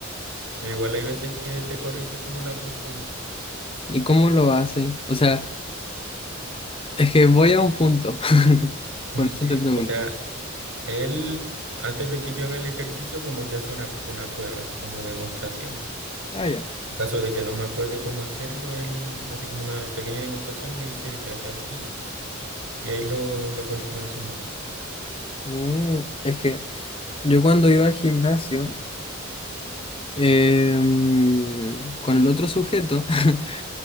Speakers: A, on the right; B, on the left.
A: Pero igual hay veces que te corrige como la postura.
B: ¿Y cómo lo hace? O sea... Es que voy a un punto. <laughs>
A: <laughs>
B: Por eso te pregunto.
A: O sea, Él, antes de que yo haga el ejercicio, como que hace una, una prueba, así como demostración.
B: Ah, ya.
A: En caso de que no me acuerde cómo hacerlo, él hace como una pequeña demostración y me dice, se hace así, y ahí lo, lo continúo haciendo yo.
B: Mm, es que yo cuando iba al gimnasio, Em, con el otro sujeto, <laughs>